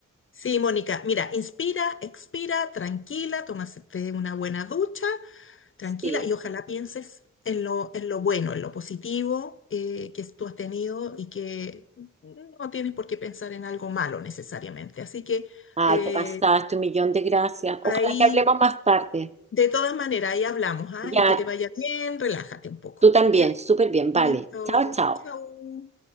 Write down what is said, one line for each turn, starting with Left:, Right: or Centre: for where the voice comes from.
Left: Sí, Mónica, mira, inspira, expira, tranquila, tómate una buena ducha, tranquila,
Right: Sí.
Left: y ojalá pienses en lo, en lo bueno, en lo positivo eh, que tú has tenido y que no tienes por qué pensar en algo malo necesariamente. Así que
Right: Ay,
Left: eh,
Right: te pasaste un millón de gracias.
Left: Ahí,
Right: Ojalá que hablemos más tarde.
Left: de todas maneras, ahí hablamos, ¿ah?
Right: Ya,
Left: Y que te vaya bien, relájate un poco,
Right: tú también.
Left: ¿ya?
Right: Súper bien.
Left: Listo,
Right: Vale. Chao, chao.
Left: chau.